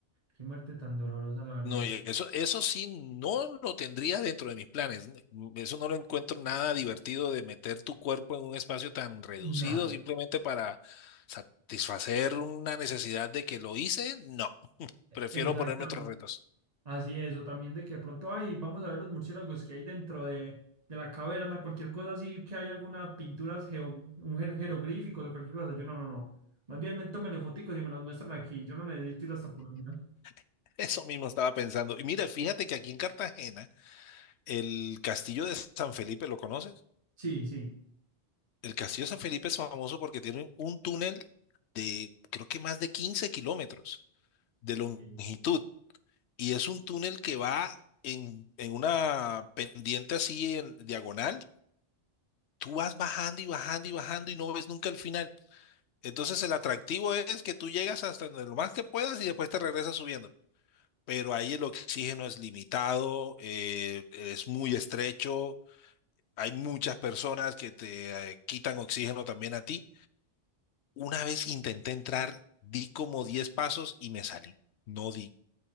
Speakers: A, on the right; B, on the left.
A: qué muerte tan dolorosa, la verdad.
B: No, y eso, eso sí no lo tendría dentro de mis planes. N- Eso no lo encuentro nada divertido de meter tu cuerpo en un espacio tan reducido
A: Nada,
B: simplemente para satisfacer una necesidad de que lo hice. No, prefiero
A: exactamente.
B: ponerme otros retos.
A: Así es, o también de que de pronto, ay, vamos a ver los murciélagos que hay dentro de, de la caverna, cualquier cosa así, que hay alguna pintura, geo, un jer- jeroglífico o cualquier cosa. Yo no, no, no. Más bien, me, tómenle foticos y me las muestran aquí. Yo no necesito ir hasta por allá.
B: <laughs> Eso mismo estaba pensando. Y mira, fíjate que aquí en Cartagena, el castillo de San Felipe, ¿lo conoces?
A: Sí, sí.
B: El castillo de San Felipe es famoso porque tiene un túnel de creo que más de 15 kilómetros de longitud.
A: Ok.
B: y es un túnel que va en, en una pendiente así en diagonal. Tú vas bajando y bajando y bajando y no ves nunca el final. Entonces el atractivo es que tú llegas hasta donde lo más que puedas y después te regresas subiendo. Pero ahí el oxígeno es limitado, eh, es muy estrecho, hay muchas personas que te eh, quitan oxígeno también a ti. Una vez intenté entrar, di como 10 pasos y me salí. No di.